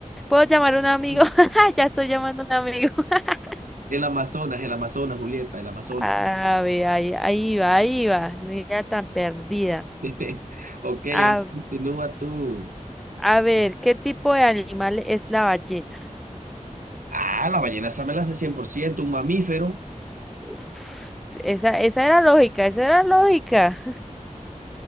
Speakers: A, in the centre; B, on the right.
A: ¿puedo llamar a un amigo?
B: <laughs>
A: <laughs> Ya estoy llamando a un amigo. <laughs>
B: el Amazonas, el Amazonas, Julieta, el Amazonas.
A: A ver, ahí, ahí va, ahí va. No era tan perdida.
B: <laughs> Ok,
A: A,
B: ahora continúa tú.
A: a ver, ¿qué tipo de animal es la ballena?
B: Ah, la ballena esa me la hace 100%, un mamífero.
A: Uf, esa, esa era lógica, esa era lógica. <laughs>